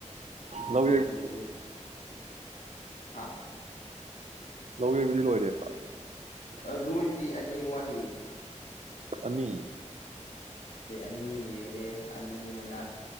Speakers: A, on the left (about 85°); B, on the right (about 65°).
A: ꯑꯗꯒꯤ
B: ꯂꯧ ꯌꯩ
A: ꯃꯣꯏꯖꯨ ꯍꯥ
B: ꯂꯧ ꯌꯩꯕꯨꯗꯤ ꯂꯣꯏꯔꯦꯕ
A: ꯑ ꯂꯣꯏꯗ꯭ꯔꯤ ꯌꯥꯅꯤ ꯋꯥꯂꯤ
B: ꯑꯅꯤ
A: ꯑꯅꯤ ꯑꯃ ꯌꯩꯔꯦ ꯑꯅꯤ ꯑꯃꯅ